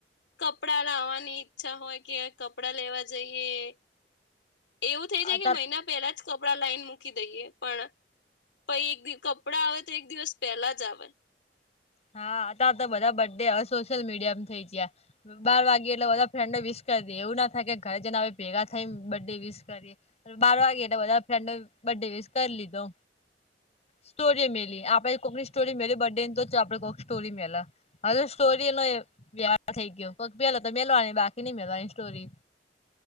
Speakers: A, on the left; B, on the left.
A: કપડા લાવવાની ઈચ્છા હોય કે કપડા લેવા જઈએ એવું થઇ છે
B: અતાર
A: કે મહિના પેલા જ કપડાં લઇન મૂકી દઈએ. પણ પ એકિવ કપડા આવે તો એક દિવસ પેલા જ આવે.
B: હા અ ત તો બધા બડ્ડે હવે સોશિયલ મીડિયામાં થઇ ગયા. બાર વાગીે એટલે બધા ફ્રેન્ડો વિસ કરી દે એવું ના થાય કે ઘરે જને હવે ભેગા થઈને બર્ડે વિસ કરીએ. બાર વાગે એટલે બધા ફ્રેન્ડ બર્થડે વસ કરી લીધો. સ્ટોરી મેલી આપે કોકની સ્ટોરી મે બ ડે ની તો જ આપડે કોક સ્ટોરી મેલા હજ સ્ટોરી નો વ્યા થઈ ગયોક પેલો તો મેલવાની બાકી નઈ મેલવાની સ્ટોરી.